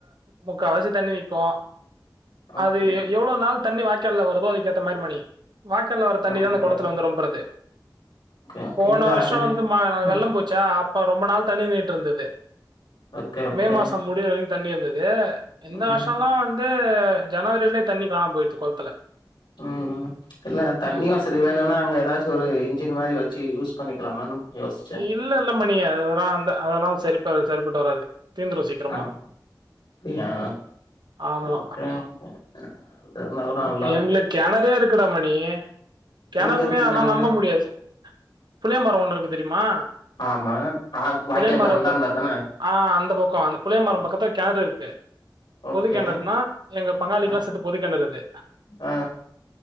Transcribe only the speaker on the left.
ஓகே
கம்பெனியா?
ஓகே
இல்ல
அது
அ
ஓகே ஓகே
ம்
உம் இல்ல தண்ணி
வசதி வேணுன்னா அங்க எதாச்சு ஒரு இன்ஜின் மாரி வச்சு யூஸ் பண்ணிக்லா யோஸ்
அ அப்டியா
ஓகே அது இருந்தா கூட
நல்லா
இருக்கும்
எங்க இருக்கு
கிணறு
ஆமா ஆ வாய்க்காக்கு
அந்தாண்ட தான
அ
ஓகே
அ
ஆ